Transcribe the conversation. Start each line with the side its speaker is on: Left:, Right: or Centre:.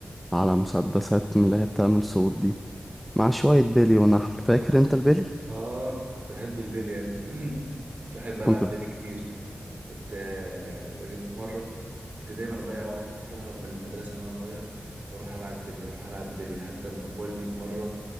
Centre: على مسدسات من اللي هي بتعمل صوت دي مع شوية بيلي ونحل فاكر انت البيلي
Right: آه بحب البلي أنا تحب <clears throat> ألعب
Centre: كنت ب...
Right: بيلي كتير كنت آه، لقيت في مرة كنت دايما أضيع وقت كنت أهرب من المدرسة وأنا صغير وأروح ألعب بيلي أروح ألعب بيلي حتى أما في والدي في مرة